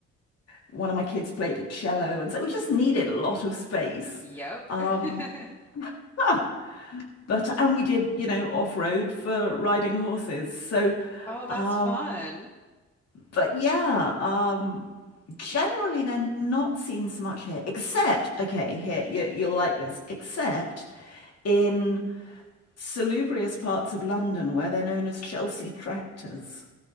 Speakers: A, on the left; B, on the left.
A: one of my kids played a cello, and so we just needed a lot of space.
B: Yep.
A: Um,
B: <laughs>
A: huh, but and we did, you know, off-road for riding horses, so.
B: Oh, that's
A: Um,
B: fun.
A: But yeah, um, generally they're not seen so much here, except, okay, here, you, you'll like this, except in salubrious parts of London where they're known as Chelsea tractors.